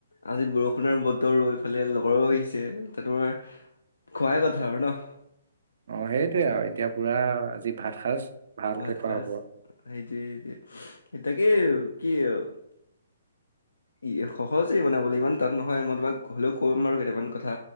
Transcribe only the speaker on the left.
আজি বৰষুণৰ বতৰো, এইফালে লগৰো আহিছে ত' তোমাৰ- খোৱাই কথা আৰু ন।
ভাত
খাজ,
সেইটো এতিয়া, এ তাকে কি আও? য়ে সহজেই বনাবলৈ ইমান টান নহয়, মই তোমাক হ'লেও ক'ম বাৰু কেইটামান কথা।